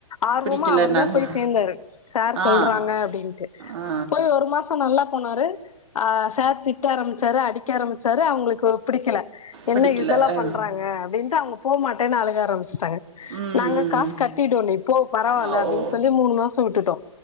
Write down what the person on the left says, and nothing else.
ஆர்வமா
அவர் தா போய் சேந்தாரு சார்
சொல்றாங்க அப்டின்ட்டு
போய் ஒரு மாசோ நல்லா போனாரு ஆ சார் திட்ட ஆரம்பிச்சாரு அடிக் க ஆரமிச்சாரு அவங்களுக்கு பிடிக்கல என்ன
இதெல்லாம்
பண்றாங்க அப்டின்னுட்டு அவங்க போ மாட்டேன்னு அழுக ஆரம்பிச்சுட்டாங்க
நாங்க
காஸ் கட்டிட்டோ நீ போ பரவாயில்ல
அப்டின்னு
சொல்லி மூணு மாசோ வுட்டுட்டோ